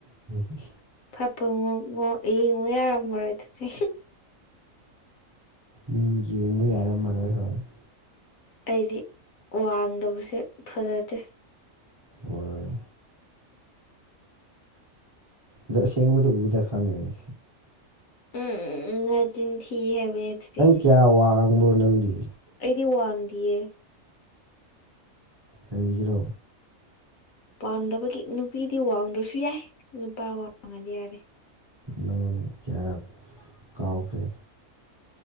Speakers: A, on the right (about 25°); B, on the left (about 80°).
A: <unintelligible>
B: ꯐꯥꯏꯚ ꯄꯣꯏꯟꯠ <unintelligible> ꯉꯨ ꯌꯥꯔꯝꯃꯔꯣꯏ ꯑꯗꯨꯗꯤ
A: ꯎꯝ ꯌꯦꯡꯕ ꯌꯥꯔꯝꯃꯔꯣꯏ ꯈꯪꯉꯦ꯫
B: ꯑꯩꯗꯤ ꯋꯥꯡꯗꯕꯁꯦ ꯐꯖꯗꯦ꯫
A: ꯍꯣꯏ꯫ ꯑꯗꯣ ꯑꯁꯦꯡꯕꯗ ꯎꯕꯗ ꯈꯪꯉꯦ꯫
B: ꯎꯝ ꯅꯆꯤꯟ ꯊꯤ ꯍꯥꯏꯕ ꯏꯗꯨꯗꯤ꯫
A: ꯀ꯭ꯌꯥ ꯋꯥꯡꯕꯣ ꯅꯪꯗꯤ꯫
B: ꯑꯩꯗꯤ ꯋꯥꯡꯗꯤꯌꯦ꯫
A: ꯀꯔꯤꯒꯤꯔꯣ꯫
B: ꯄꯥꯝꯗꯕꯒꯤ ꯅꯨꯄꯤꯗꯤ ꯋꯥꯡꯗ꯭ꯔꯁꯨ ꯌꯥꯏ ꯅꯨꯄꯥ ꯋꯥꯡꯉꯗꯤ ꯌꯥꯔꯦ꯫
A: ꯅꯪ ꯀꯌꯥꯔꯛ ꯀꯥꯎꯈ꯭ꯔꯦ꯫